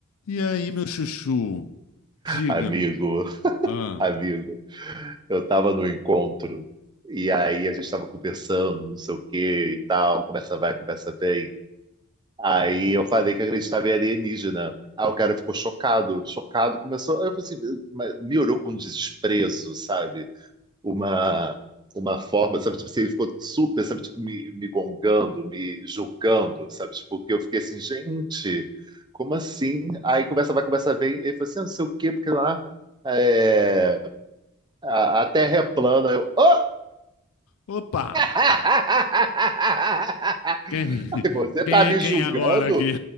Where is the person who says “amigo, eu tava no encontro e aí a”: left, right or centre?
Right